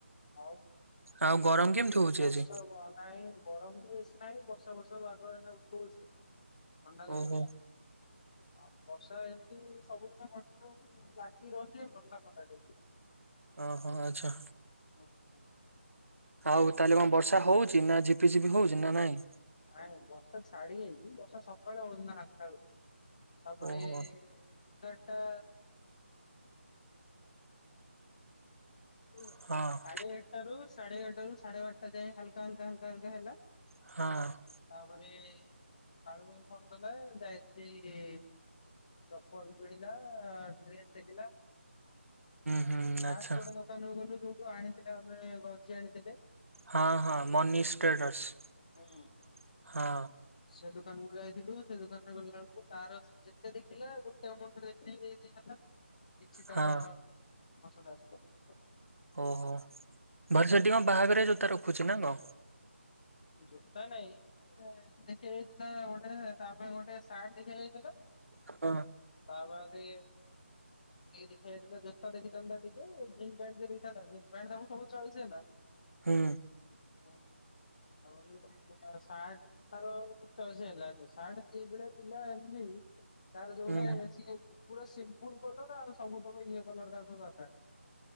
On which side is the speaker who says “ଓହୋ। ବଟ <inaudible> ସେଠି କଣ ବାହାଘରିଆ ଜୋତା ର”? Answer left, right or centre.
Right